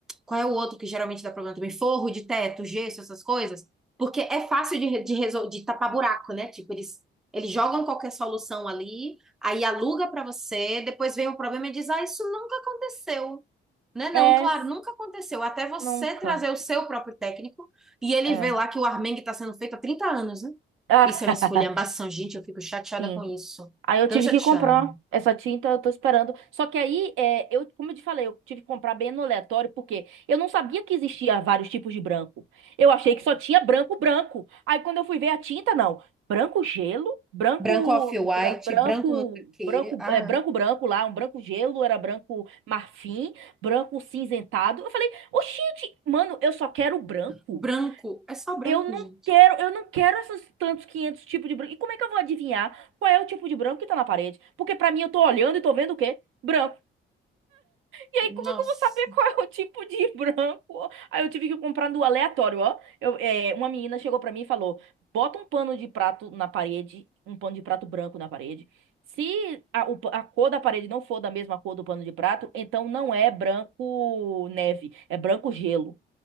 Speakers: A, in the centre; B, on the right.
A: qual é o outro que geralmente dá problema também? Forro de teto, gesso, essas coisas. Porque é fácil de, de, resol- de tapar buraco, né? Tipo, eles Eles jogam qualquer solução ali, aí aluga para você, depois vem o problema e diz: Ah, isso nunca aconteceu. Né? Não,
B: É,
A: claro, nunca aconteceu. Até você
B: nunca.
A: trazer o seu próprio técnico e ele
B: É.
A: vê lá que o Armengue está sendo feito há 30 anos, né?
B: <laughs>
A: Isso é uma
B: Ah,
A: esculhambação, gente. Eu fico chateada
B: sim.
A: com isso.
B: Aí eu
A: Tão
B: tive
A: chateada.
B: que comprar essa tinta, eu tô esperando. Só que aí, é, eu, como eu te falei, eu tive que comprar bem no aleatório, porque eu não sabia que existia vários tipos de branco. Eu achei que só tinha branco branco. Aí quando eu fui ver a tinta, não. Branco gelo, branco,
A: Branco off-white,
B: bra- branco,
A: branco não sei o quê.
B: branco,
A: Ah,
B: é, branco branco lá, um branco gelo, era branco marfim, branco cinzentado. Eu falei, oxente, mano, eu só quero branco.
A: branco. É só branco,
B: Eu não
A: gente.
B: quero, eu não quero esses tantos 500 tipos de branco. E como é que eu vou adivinhar qual é o tipo de branco que tá na parede? Porque pra mim eu tô olhando e tô vendo o quê? Branco. E aí
A: Nossa.
B: como é que eu vou saber qual é o tipo de <laughs> branco? Aí eu tive que comprar no aleatório, ó. Eu, é, uma menina chegou pra mim e falou: "Bota um pano de prato na parede, um pano de prato branco na parede. Se a, o pa- a cor da parede não for da mesma cor do pano de prato, então não é branco neve, é branco gelo."